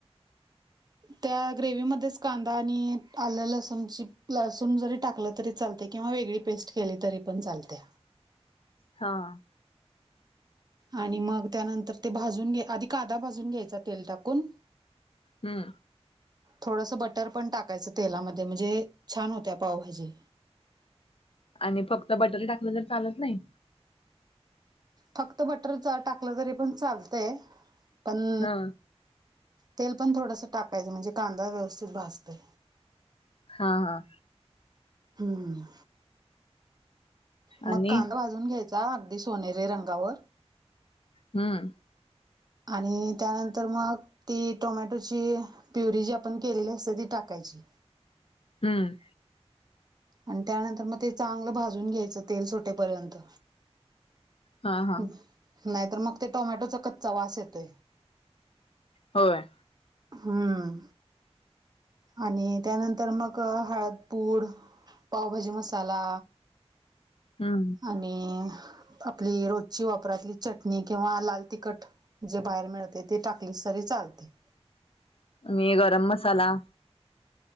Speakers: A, on the right; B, on the left.
A: त्या ग्रेववी मध्येच कांदा आणि आलं, लसूणची लसूण जरी टाकलं तरी चालते. किंवा वेगळी पेस्ट केली तरी पण चालत्या.
B: हां...
A: आणि मग त्यानंतर ते भाजून घ्या, आधी कांदा भाजून घ्यायचा तेल टाकून.
B: हम्म.
A: थोडंसं बटर पण टाकायचं तेलामध्ये, म्हणजे छान होत्या पावभाजी.
B: आणि फक्त बटर टाकलं, तर चालत नाही.
A: फक्त बटर टाकलं तरी, पण चालतंय पण.
B: हा
A: तेल पण थोडंसं टाकायच म्हजे, कांदा व्यवस्थित भाजतोय.
B: हां हां..
A: हम्म. मग
B: आणि
A: कांदा भाजून घ्यायचा, अगदी सोनेरी रंगावर.
B: हम्म.
A: आणि त्यानंतर मग, ती टोमॅटोची प्युरी जी, आपण केलेली असते ती टाकायची.
B: हम्म.
A: आणि त्यानंतर मग ते, चांगलं भाजून घ्यायचं तेल सुटेपर्यंत.
B: हा हा
A: नाही तर मग ते टोमॅटोचा कच्चा वास येतोय.
B: होय.
A: हम्म. आणि त्यानंतर मग हळदपूड. पावभाजी मसाला.
B: हम्म.
A: आणि आपली रोजची, वापरातली चटणी किंवा लाल तिखट. जे बाहेर मिळते ते, टाकलीस तरी चालते.
B: आणि गरम मसाला.